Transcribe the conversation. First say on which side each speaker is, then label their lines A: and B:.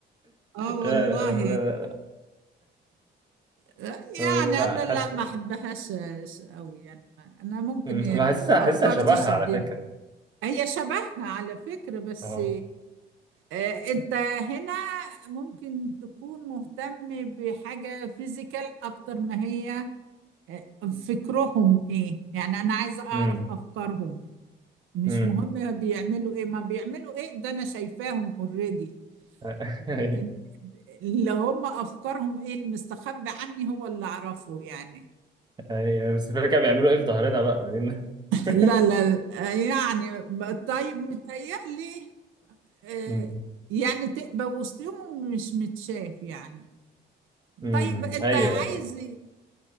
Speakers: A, on the right; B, on the right.
A: اه
B: لا
A: والله
B: لا
A: يعني
B: ف... ف... فحس...
A: انا لا ما احبهاش قوي يعني ما- انا ممكن
B: م-
A: يعني
B: حاسسها
A: الافكار
B: حاسسها شبهها
A: تشدني
B: على فكره
A: هي شبهها على فكرة بس
B: اه
A: آه، انت هنا ممكن تكون مهتم بحاجة فيزيكال اكتر ما هي آه، فكرهم ايه يعني انا عايزة اعرف
B: مم.
A: افكارهم مش
B: امم
A: مهم بيعملوا ايه ما بيعملوا ايه ده انا شايفاهم اوريدي
B: <laughs> ايوه
A: لكن اللي هم افكارهم ايه المستخبي عني هو اللي اعرفه يعني
B: أيوة، بس الفكره كانوا بيعملوا ايه في ظهرنا بقى ما دي
A: <laughs> لا
B: <laughs>
A: لا لا، آه، يعني ب- طيب متهيألي آه،
B: امم
A: يعني تبقى وسطهم ومش متشاف يعني
B: امم
A: طيب انت
B: ايوه
A: عايز
B: ايوه